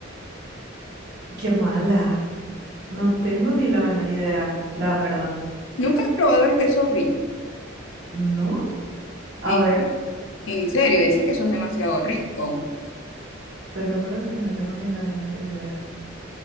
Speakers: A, on the right; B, on the left.
A: qué mala. No tengo ni la menor idea, la verdad.
B: ¿Nunca has probado el queso brie?
A: ¿No? A
B: ¿En,
A: ver,
B: en serio? Ese queso es demasiado rico.
A: te lo juro que no tengo ni la menor idea.